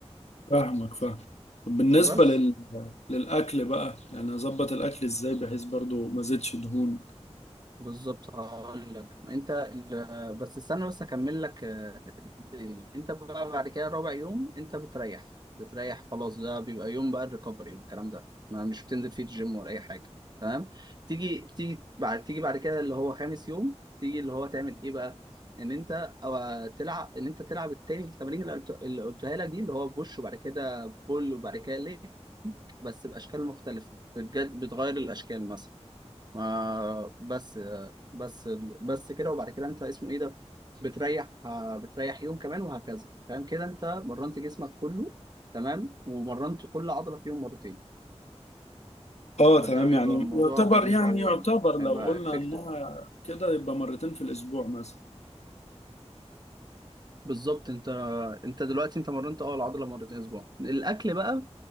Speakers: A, on the left; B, on the right.
A: فاهمك فاهم طب بالنسبة
B: بس
A: لل... للأكل بقى يعني أظبط الأكل إزاي بحيث برضو ما زدش دهون
B: بالظبط هقول لك انت ال... بس استنى بس اكمل لك تاني. انت بقى بعد كده رابع يوم انت بتريح بتريح خلاص ده بيبقى يوم بقى الريكفري الكلام ده ما مش بتنزل فيه الجيم ولا اي حاجه تمام تيجي تيجي بعد تيجي بعد كده اللي هو خامس يوم تيجي اللي هو تعمل ايه بقى ان انت او تلعب ان انت تلعب التاني التمارين اللي قلت- اللي قلتها لك دي اللي هو بوش وبعد كده بول وبعد كده ليك بس باشكال مختلفه بتجد بتغير الاشكال مثلا ما بس بس بس كده وبعد كده انت اسمه ايه ده بتريح بتريح يوم كمان وهكذا فاهم كده انت مرنت جسمك كله تمام ومرنت كل عضلة فيهم مرتين
A: اه
B: فده
A: تمام
B: بيبقى
A: يعني
B: الموضوع
A: يعتبر
B: لذيذ
A: يعني
B: قوي
A: يعتبر
B: يعني
A: لو
B: هيبقى
A: قلنا
B: افكتيف
A: إنها كده يبقى مرتين في الأسبوع مثلا
B: بالظبط انت انت دلوقتي انت مرنت اه العضلة مرتين اسبوع الاكل بقى